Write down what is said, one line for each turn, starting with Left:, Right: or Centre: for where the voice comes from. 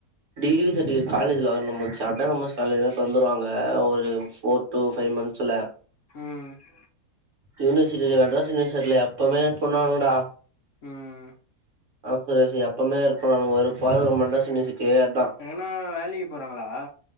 Right: டிகிரி சர்டிபிகேட் காலேஜல வருனு மச்சா அதுத நம்ம காலேஜ்லா தந்துருவாங்க ஒரு ஃபோர் டூ ஃபைவ் மந்த்ஸ்ல
Left: ம்
Right: யூனிவர்சிட்டில மெட்ராஸ் யூனவர்சிட்டில எப்பவுமே பண்ணுவாங்கடா
Left: ம்
Right: அந்த ரேசு எப்பமே இருப்பானுங்க ஒரு பார்வ மெட்ராஸ் யுனிவர்சிட்டி அதான்
Left: எங்கன்னா வேலைக்கு போறாங்களா